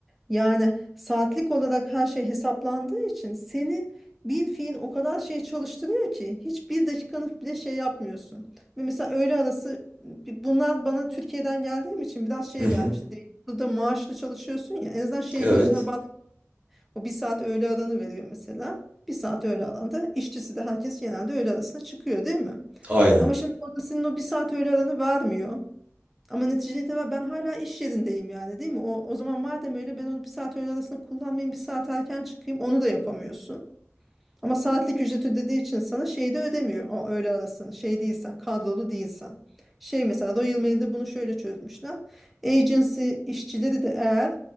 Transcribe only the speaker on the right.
Hı hı.
Evet.
Aynen.